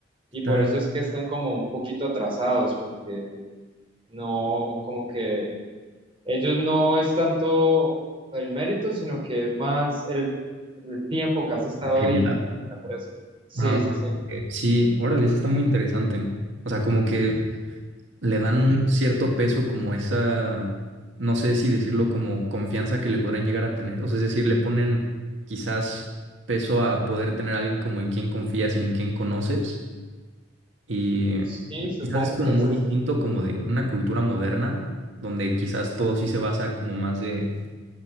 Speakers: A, on the right (about 85°); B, on the right (about 30°).
A: Está...
B: Y por eso es que están como un poquito atrasados, porque no como que Ellos no es tanto el mérito, sino que es más el, el tiempo que has estado
A: evidente.
B: ahí en la empresa. Sí,
A: Ah, ok.
B: sí, sí.
A: sí, órale, eso está muy interesante. O sea, como que le dan un cierto peso como esa, no sé si decirlo como confianza que le podrían llegar a tener. O sea, es decir, le ponen quizás peso a poder tener a alguien como en quien confías y en quien conoces. Y
B: Sí, supongo
A: quizás es como
B: que es
A: muy
B: así.
A: distinto como de una cultura moderna, donde quizás todo sí se basa como más de